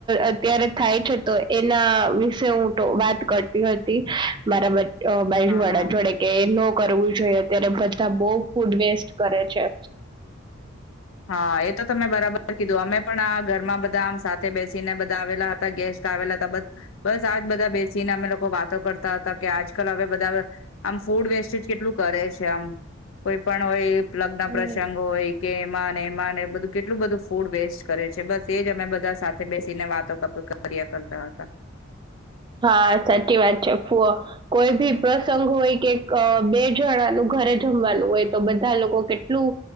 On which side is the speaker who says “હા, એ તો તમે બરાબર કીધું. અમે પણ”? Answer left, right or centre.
Left